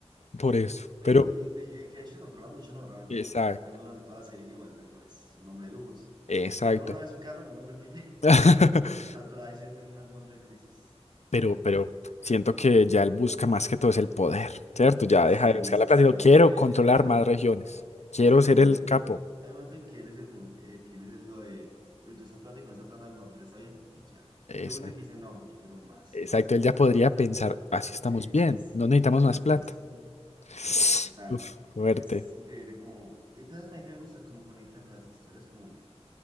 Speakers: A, on the left; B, on the right.
A: por eso.
B: Pues,
A: Pero,
B: Y, y- y de- eh, que de hecho se controla mucho, ¿no? Realmente
A: exacto,
B: vemos durante toda la serie que Walter no es un hombre de lujos.
A: exacto.
B: Se compra una vez un carro, un convertible,
A: <laughs>
B: <laughs> una vez todo está atorado ahí sí está en un momento de crisis. Sí,
A: Pero, pero siento que ya él busca más que todo es el poder, ¿cierto? Ya
B: sí,
A: deja de buscar
B: sí,
A: la plata.
B: sí.
A: y digo, Quiero
B: Él, él-
A: controlar
B: él deja,
A: más
B: él de...
A: regiones. Quiero
B: sí, hay
A: ser
B: un momento
A: el
B: en
A: capo.
B: que, hay un momento en que él es el, mo- eh, que él es lo de, yo esa plata y con esa plata mi familia está bien y ya.
A: Exacto.
B: Hay un momento en que dice, no, yo quiero más,
A: Exacto.
B: más, más.
A: Él ya podría pensar, así estamos
B: Sí,
A: bien.
B: sí, sí,
A: No necesitamos
B: es,
A: más plata.
B: es un-
A: <sighs>
B: total,
A: Uf, fuerte.
B: es increíble como, entonces también que me gusta cómo conectan las historias como